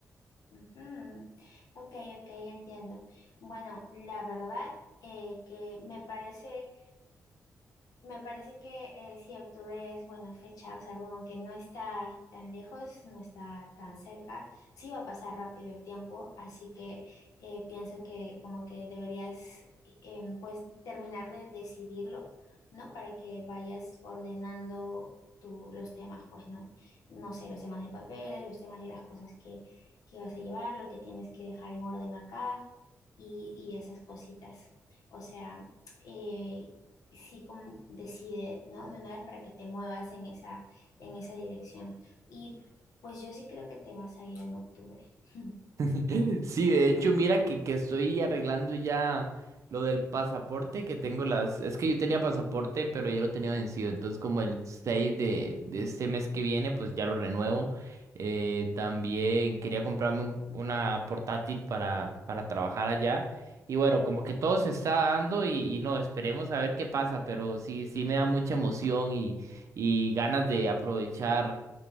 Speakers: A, on the left; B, on the right.
A: Ujú. Ok, ok, entiendo. Bueno, la verdad eh, que me parece Me parece que eh, sí, octubre es buena fecha, o sea, como que no está tan lejos, no está tan cerca, sí va a pasar rápido el tiempo, así que eh, pienso que como que deberías em, pues terminar de decidirlo, ¿no? Para que vayas ordenando tu, los temas, pues, ¿no? No sé, los temas de papeles, los temas de las cosas que, que vas a llevar, lo que tienes que dejar en orden acá y, y esas cositas, o sea... eh, sí como decide, ¿no? De una vez para que te muevas en esa, en esa dirección. Y pues yo sí creo que te vas a ir en octubre. <laughs>
B: <laughs> Sí, de hecho, mira que, que estoy arreglando ya lo del pasaporte que tengo las... Es que yo tenía pasaporte, pero ya lo tenía vencido. Entonces, como el 6 de, de este mes que viene, pues ya lo renuevo. Eh, también quería comprarme un- una portátil para, para trabajar allá. Y bueno, como que todo se está dando y, y no, esperemos a ver qué pasa, pero sí, sí me da mucha emoción y, y ganas de aprovechar